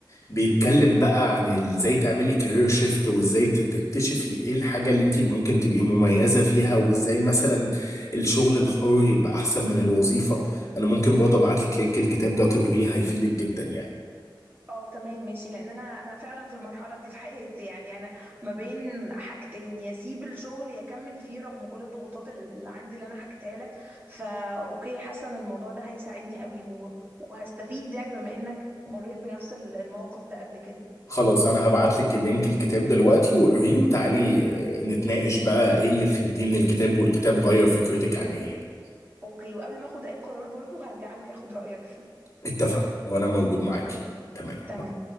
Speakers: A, on the left (about 40°); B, on the right (about 25°).
A: بيتكلم بقى عن ال- ازاي تعملي كارير شيفت وازاي ت- تكتشفي ايه الحاجة اللي انت ممكن تبقي مميزة فيها وازاي مثلا الشغل الحر يبقى احسن من الوظيفة انا ممكن برضه ابعت لك لينك الكتاب ده تقريه هيفيدك جدا يعني
B: اه تمام ماشي لان انا انا فعلا في المرحله دي في حياتي يعني انا ما بين حاجتين يا اسيب الشغل يا اكمل فيه رغم كل الضغوطات ال- اللي عندي اللي انا حكيتها لك فا اوكي حاسه ان الموضوع ده هيساعدني قوي و... وهستفيد يعني بما انك مريت بنفس ال- الموقف ده قبل كده
A: خلاص انا هبعت لك لينك الكتاب دلوقتي وقريه وتعالي آه، نتناقش بقى ايه اللي فهمتيه من الكتاب والكتاب غير فكرتك عن ايه يعني.
B: اوكي وقبل ما اخد اي قرار برضو هرجع لك اخد رايك فيه
A: اتفقنا وانا موجود معاك
B: اوكي
A: تمام
B: تمام